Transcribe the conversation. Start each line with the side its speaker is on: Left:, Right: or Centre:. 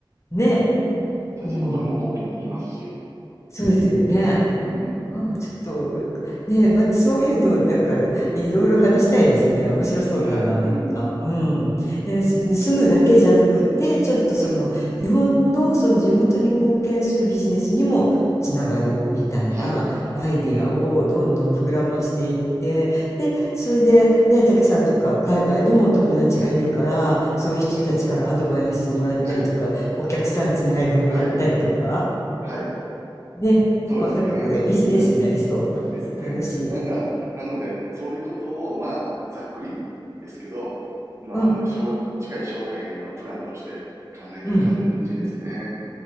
Left: ね
Right: じゃあ地元にも貢献できますし。
Left: え、うん。そうですよね。
Right: うん。
Left: まあ、ちょっと、ね、またそういうの、なんか、いろいろ話したいですね。面白そうだな、
Right: はい。うん。
Left: なんか。うん。えーす住むだけじゃなくて、
Right: そうですね。
Left: ちょっとその、
Right: はい。
Left: 日本のその地元に貢献するビジネスにもつながるみたいなアイデアをどんどん膨らましていって、
Right: はい。うん。
Left: で、それで、ね、竹さんとか海外にもお友達がいるから、
Right: はい。
Left: そういう人たちからアドバイスをもらったりとか、
Right: はい。はい。
Left: お客さんつないでもらったりとか。
Right: はい。はい。
Left: ね、
Right: そうですね。
Left: あ、なんかこれビジネスになりそう。
Right: うん。ですね。
Left: 楽しい。
Right: なんか、なので、そういうことを、まあ、ざっくりですけど、まあ、
Left: うん、
Right: 将近い将来のプランとして考えてる感じですね。
Left: うん。